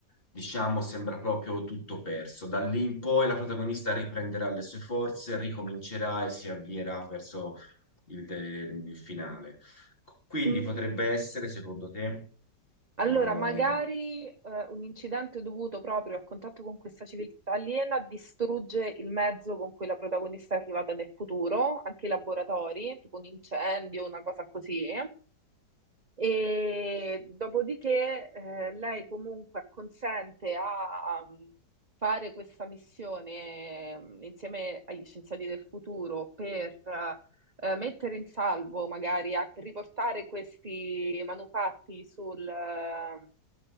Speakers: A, on the left; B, on the right.
A: diciamo, sembra proprio tutto perso. Da lì in poi la protagonista riprenderà le sue forze, ricomincerà e si avvierà verso il, de- il finale. Quindi
B: Mm,
A: potrebbe essere, secondo te,
B: Allora,
A: eh,
B: magari
A: ecco.
B: eh, un incidente dovuto proprio al contatto con questa civiltà aliena distrugge il mezzo con cui la protagonista è arrivata nel futuro, anche i laboratori, tipo un incendio, una cosa così. E dopodiché eh, lei comunque acconsente a, a fare questa missione mm, insieme agli scienziati del futuro per eh, mettere in salvo, magari a per riportare questi manufatti sul, eh,